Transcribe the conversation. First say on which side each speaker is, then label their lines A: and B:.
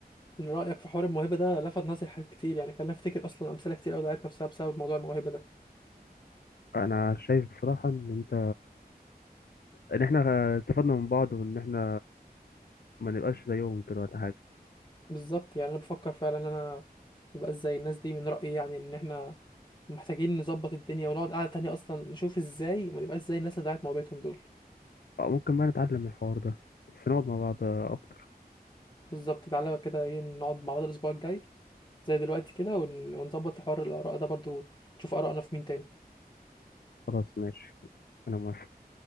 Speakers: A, on the left; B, on the left.
A: إن رايك في حوار الموهبه ده لفت نظري حاجات كتير يعني خلاني افتكر اصلا امثله كتير قوي ضيعت نفسها بسبب موضوع الموهبه ده
B: انا شايف بصراحه ان انت ان احنا استفدنا من بعض وان احنا ما نبقاش زيهم كده ولا حاجه
A: بالظبط يعني انا بفكر فعلا ان انا مبقاش زي الناس دي من رايي يعني ان احنا محتاجين نظبط الدنيا ونقعد قعده تانية اصلا نشوف ازاي ما نبقاش زي الناس اللي ضيعت موهبتهم دول
B: أو ممكن بقى نتعلم من الحوار ده بس نقعد مع بعض اكتر
A: بالظبط تعالى كده ايه نقعد مع بعض الاسبوع الجاي زي دلوقتي كده ون- ونظبط حوار الآراء ده برضو نشوف آراءنا في مين تاني
B: خلاص ماشي انا موافق